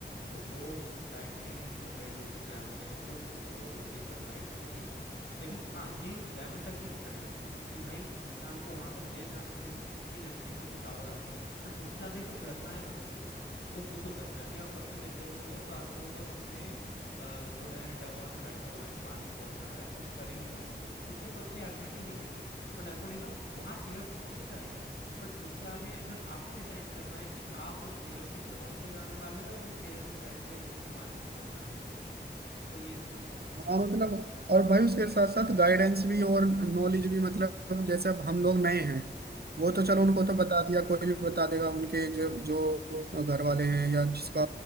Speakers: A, on the left; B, on the right.
A: तो वो डायरेक्टली मुंबई इंडियंस के कैंप में जुड़ चुका है वो तो उनकी फरमाइश होगी ठीक है लेकिन हाँ ये एक लेवल तक ही होता है नेपोटिज्म कि भाई इंसान को वहां तक ले जाने तक की नेपोटिज्म की पावर आती है बट उसके आगे जो करना है बंदे को वो खुद को करना है अभी आप तब से देख रहे हो कि दो साल से वो बस अपने अ, जो है डगआउट में बैठा हुआ है पानी पहुंचा रहा है कुछ कर ही नहीं पा रहा वो क्योंकि उसका उतनी एबिलिटी नहीं है तो नेपोटिज्म वहां चेयर तक तो ले जाएगा बट उसके आगे फिर आपको डिसाइड करना है कि आप वो चेयर से ग्राउंड पे जाने वाले हो या वही चेयर पे बैठ के वहीं से पानी वानी पहुंचाने वाले हो सो ये चीज है
B: हाँ मतलब और भाई उसके साथ साथ गाइडेंस भी और नॉलेज भी मतलब जैसे अब हम लोग नए हैं वो
A: हम्म
B: तो
A: हम्म
B: चलो उनको
A: हम्म
B: तो बता दिया कोई भी बता देगा उनके जो जो घर वाले हैं या जिसका